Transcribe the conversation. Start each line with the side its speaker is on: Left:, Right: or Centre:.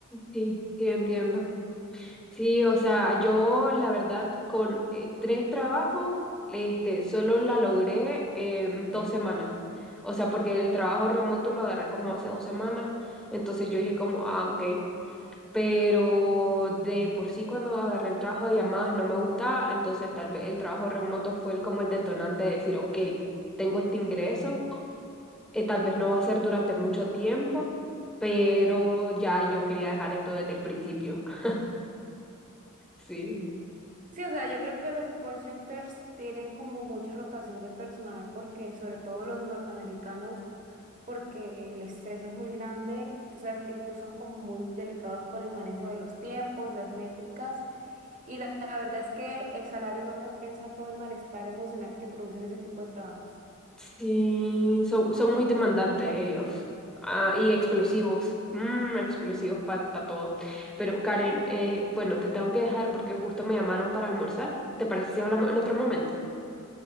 Centre: Sí, sí, entiendo. Sí, o sea, yo la verdad con eh, tres trabajos, este, solo la logré en dos semanas. O sea, porque el trabajo remoto lo agarré como hace dos semanas, entonces yo dije como, ah, ok. Pero de por sí cuando agarré el trabajo de llamadas no me gustaba, entonces tal vez el trabajo remoto fue el- como el detonante de decir, ok, tengo este ingreso, eh, tal vez no va a ser durante mucho tiempo, pero ya yo quería dejar esto desde el principio. <laughs> Sí.
Right: Sí. Sí, o sea, yo creo que los call centers tienen como mucha rotación de personal porque sobre todo los norteamericanos porque el estrés es muy grande. Tú sabes que ellos son como muy delicados con el manejo de los tiempos, las métricas, y la, la verdad es que el salario no compensa todo el malestar emocional que producen ese tipo de trabajos.
Centre: Sí, son, son muy demandantes ellos. Ah, y explosivos.
Right: Sí,
Centre: Mm, explosivos para todo. Pero Karen, eh, bueno, te tengo que dejar porque justo me llamaron para almorzar. ¿Te parece si hablamos en otro momento?